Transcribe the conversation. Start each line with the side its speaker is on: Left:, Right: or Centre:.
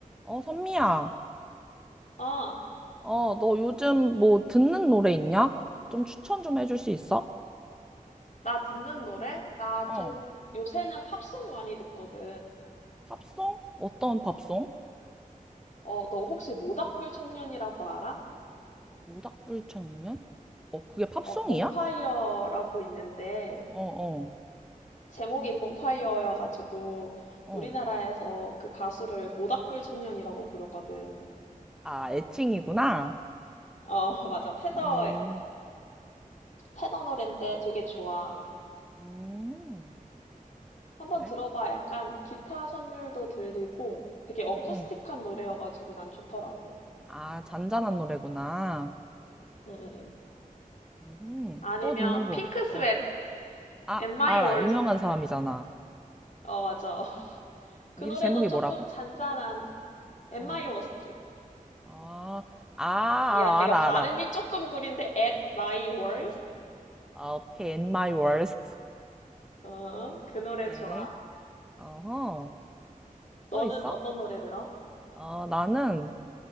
Centre: 어, 선미야,
Left: 아,
Centre: 어, 너 요즘 뭐 듣는 노래 있냐? 좀 추천 좀 해줄 수 있어?
Left: 나 듣는 노래? 나
Centre: 어,
Left: 좀 요새는 팝송 많이 듣거든.
Centre: 팝송? 어떤 팝송?
Left: 어, 너 혹시 모닥불 청년이라고 알아?
Centre: 오닥불청년 어, 그게 팝송이야?
Left: 어, 봄파이어라고
Centre: 어,
Left: 있는데
Centre: 어,
Left: 제목이 봄파이어여가지고
Centre: 어.
Left: 우리나라에서 그 가수를 모닥불 청년이라고 부르거든.
Centre: 아, 애칭이구나.
Left: 어, <laughs> 맞아. 패더,
Centre: 음,
Left: 패더 노랜데 되게 좋아.
Centre: 음,
Left: 한번
Centre: 그래?
Left: 들어봐. 약간 기타 선율도 들리고 되게 어쿠스틱한
Centre: 응, 응.
Left: 노래여가지고 난 좋더라고.
Centre: 아, 잔잔한 노래구나.
Left: 응, 응, 응.
Centre: 음,
Left: 아니면
Centre: 또 듣는 거.
Left: 핑크스웨트
Centre: 어, 아,
Left: At My
Centre: 알아.
Left: Worst.
Centre: 유명한 사람이잖아.
Left: 어, 맞아. <laughs> 그 노래도
Centre: 이 제목이
Left: 조금
Centre: 뭐라고?
Left: 잔잔한 At
Centre: 어,
Left: My Worst.
Centre: 아, 아, 아,
Left: 미안, 내가
Centre: 알아,
Left: 발음이
Centre: 알아.
Left: 조금 구린데 At My Worst.
Centre: 아, 오케이, In My Worst.
Left: 어, 그
Centre: 오케이.
Left: 노래 좋아.
Centre: 어허.
Left: 너는
Centre: 또 있어?
Left: 어떤 노래 들어?
Centre: 어, 나는,